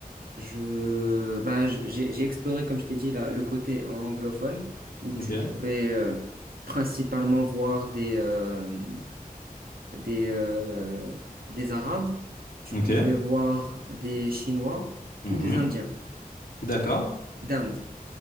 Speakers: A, on the right; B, on the left.
A: je, bah, j- j'ai j'ai exploré, comme je t'ai dit, la- le côté anglophone, où
B: Ok,
A: tu pouvais euh, principalement voir des... euh, des, euh, des Arabes, tu
B: ok.
A: pouvais voir des Chinois
B: Mhm.
A: ou des Indiens
B: D'accord,
A: d'Inde.